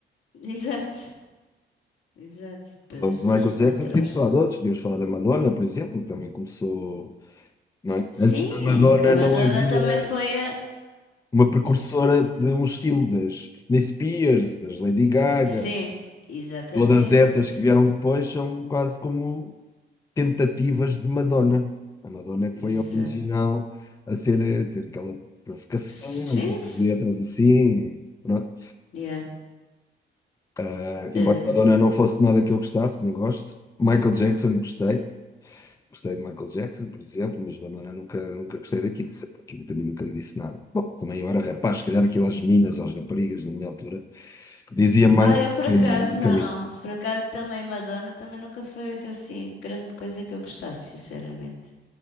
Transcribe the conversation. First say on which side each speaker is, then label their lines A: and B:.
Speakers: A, on the left; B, on the left.
A: Exato, exato, e depois
B: Os
A: as pessoas
B: Michael
A: vão
B: Jackson
A: atrás.
B: tínhamos falado de outros, tínhamos falado da Madonna, por exemplo, que também começou, não é?
A: Sim,
B: Antes da Madonna
A: a Madonna
B: não havia
A: também foi a.
B: uma precursora
A: Disco.
B: de um estilo das Britney Spears, das Lady Gaga,
A: Sim, exatamente,
B: todas essas
A: exatamente,
B: que vieram depois são quase como tentativas de Madonna. A Madonna é que
A: exato.
B: foi a original a ser, a ter aquela provocação,
A: Sim,
B: aquelas
A: f-
B: letras assim, pronto.
A: yeah.
B: Ah,
A: Eh,
B: embora Madonna não fosse nada que eu gostasse, nem gosto, Michael Jackson gostei. Gostei de Michael Jackson, por exemplo, mas Madonna nunca, nunca gostei daquilo, sempre aquilo também nunca me disse nada. Bom, também eu era rapaz, se calhar aquilo às meninas, aos raparigas da minha altura, dizia mais
A: Ah,
B: do
A: eu por
B: que,
A: acaso
B: do
A: não.
B: que a mim.
A: Por acaso também Madonna também nunca foi assim grande coisa que eu gostasse, sinceramente.